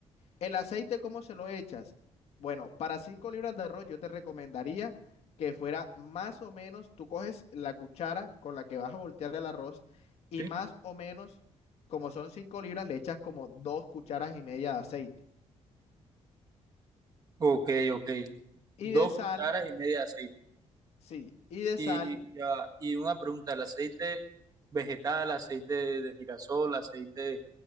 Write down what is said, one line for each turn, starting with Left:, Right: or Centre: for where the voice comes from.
Left: ¿El aceite cómo se lo echas? Bueno, para 5 libras de arroz yo te recomendaría que fuera más o menos, tú coges la cuchara con la que vas a voltear el arroz y
Right: ¿Sí?
Left: más o menos, como son 5 libras, le echas como 2 cucharas y media de aceite.
Right: Ok, ok.
Left: Y
Right: Dos
Left: de sal,
Right: cucharas y media de aceite.
Left: sí, y de
Right: Y,
Left: sal,
Right: ya, y una pregunta, ¿el aceite vegetal, aceite de girasol, aceite